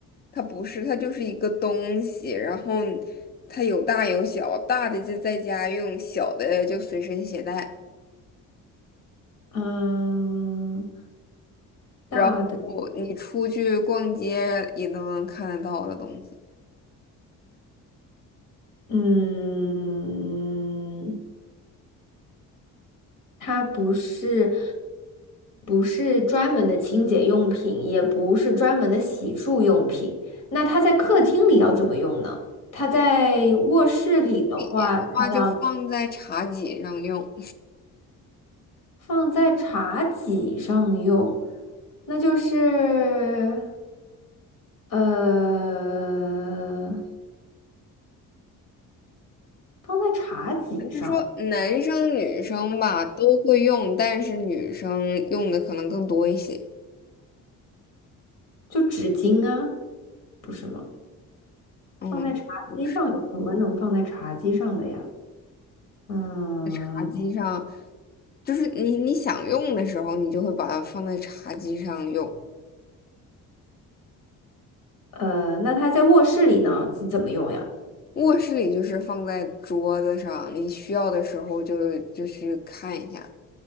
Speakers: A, on the left; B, on the left.
A: 它不是，它就是一个东西，然后你它有大有小，大的就在家用，小的就随身携带，
B: 嗯，大的，
A: 然后你出去逛街也都能看得到的东西。
B: 嗯，它不是不是专门的清洁用品，也不是专门的洗漱用品。那它在客厅里要怎么用呢？它在卧室里的话，
A: 你的话就放在茶几上用。
B: 它要。放在茶几上用，那就是呃，放在茶几上，
A: <laughs> 就说男生女生吧都会用，但是女生用的可能更多一些。
B: 就纸巾啊，不是吗？
A: 嗯，
B: 放在茶几上有什么能放在茶几上的呀？
A: 就是
B: 嗯，
A: 茶几上，就是你你想用的时候，你就会把它放在茶几上用。
B: 呃，那它在卧室里呢，怎么用呀？
A: 卧室里就是放在桌子上，你需要的时候就就去看一下。